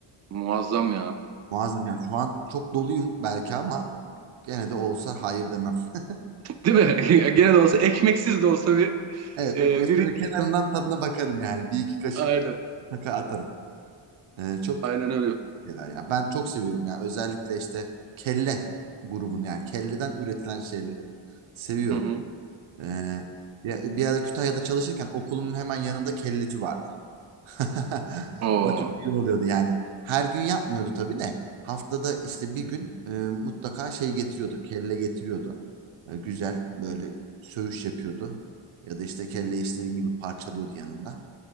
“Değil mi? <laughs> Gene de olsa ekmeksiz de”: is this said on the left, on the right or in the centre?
Right